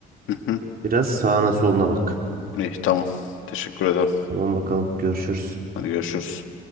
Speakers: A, on the left (about 85°); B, on the right (about 50°).
A: Hı hı.
B: Biraz sağına soluna bak.
A: İyi tamam. Teşekkür ederim.
B: Tamam bakalım. Görüşürüz.
A: Hadi görüşürüz.